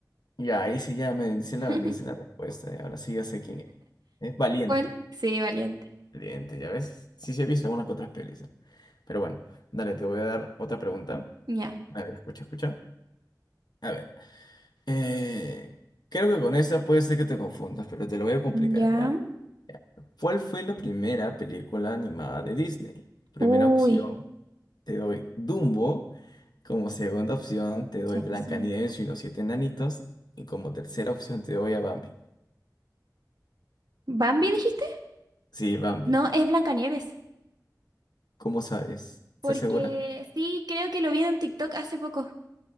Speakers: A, on the left; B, on the right.
A: Ya, ahí sí ya me dice
B: <laughs>
A: la, me dice la respuesta. ya, Ahora sí ya sé quién es. Es valiente.
B: ¿Cuál? Sí, Valiente.
A: Valiente, ya ves. Sí, sí he visto algunas que otras pelis. ¿ah? Pero bueno, dale, te voy a dar otra pregunta.
B: Ya.
A: A ver, escucha, escucha. A ver. eh, creo que con esa puede ser que te confundas, pero te lo voy a complicar,
B: Ya.
A: ¿ya? Ya. ¿Cuál fue la primera película animada de Disney? Primera
B: Uy,
A: opción, te doy Dumbo. Como segunda opción, te doy
B: Cenicienta.
A: Blancanieves y los siete enanitos. Y como tercera opción, te doy a Bambi.
B: ¿Bambi dijiste?
A: Sí, Bambi.
B: No, es Blancanieves.
A: ¿Cómo sabes?
B: Porque
A: ¿Estás segura?
B: sí, creo que lo vi en un TikTok hace poco.